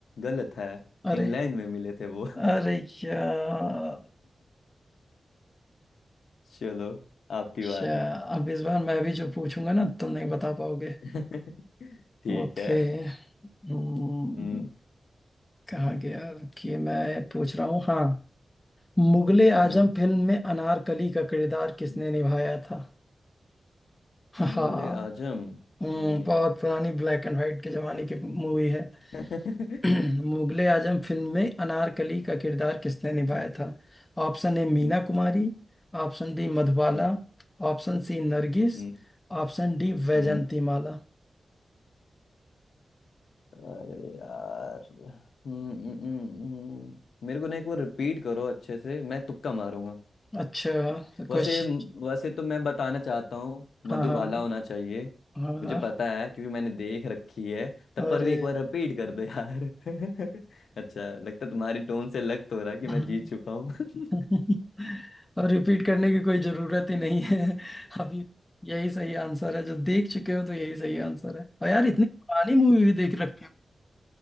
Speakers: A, on the left; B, on the left.
A: गलत है
B: अरे
A: इंग्लैंड में मिले थे वो <laughs>
B: अरे यार
A: चलो आपकी
B: अच्छा
A: बारी
B: अब इस बार मैं भी जो पूछूंगा ना तुम नहीं बता पाओगे
A: <laughs> ठीक
B: ओके
A: है
B: हम्म,
A: हम्म
B: कहाँ गया रुकिए मैं पूछ रहा हूँ हाँ मुगले आजम
A: हम्म
B: फिल्म में अनारकली का किरदार
A: हम्म,
B: किसने निभाया था हाँ
A: मुगले आजम
B: हम्म,
A: हम्म
B: बहुत पुरानी ब्लैक एंड व्हाइट के जमाने की मूवी है
A: <laughs>
B: <clears throat> मुगले आजम फिल्म में अनारकली का किरदार किसने निभाया
A: हम्म,
B: था Option A Meena Kumari option D Madhubala
A: हम्म,
B: option C Nargis
A: हम्म,
B: option D वैजंती
A: हम्म।
B: माला
A: अरे यार हम्म, हम्म, हम्म, हम्म। मेरे को ना एक बार रिपीट करो अच्छे से मैं तुक्का मारूंगा
B: अच्छा
A: वैसे
B: क्वेश्चन
A: वैसे तो मैं बताना चाहता हूँ मधुबाला
B: हाँ हाँ
A: होना चाहिए
B: हाँ
A: मुझे पता है क्योंकि मैंने देख रखी है तब
B: अरे
A: पर भी एक बार रिपीट कर दो यार <laughs> अच्छा लगता है तुम्हारी टोन से लग तो रहा है कि मैं
B: हम्म,
A: जीत चुका हूँ <laughs>
B: <laughs> और रिपीट करने की कोई जरूरत ही नहीं है अभी यही सही आंसर है जो देख चुके हो तो यही सही आंसर है और यार इतनी पुरानी मूवी भी देख रखी हो